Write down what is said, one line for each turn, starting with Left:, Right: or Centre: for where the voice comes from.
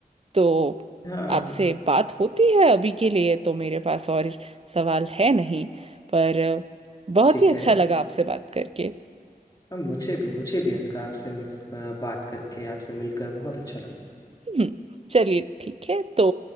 Right: तो
Left: हाँ
Right: आपसे बात होती है अभी के लिए तो मेरे पास और सवाल है नहीं पर बहुत
Left: ठीक
Right: ही अच्छा
Left: है
Right: लगा आपसे बात करके
Left: हाँ, मुझे भी मुझे भी अनका आपसे मिल अ, बात करके आपसे मिलकर बहुत अच्छा लगा
Right: हम्म, चलिए ठीक है तो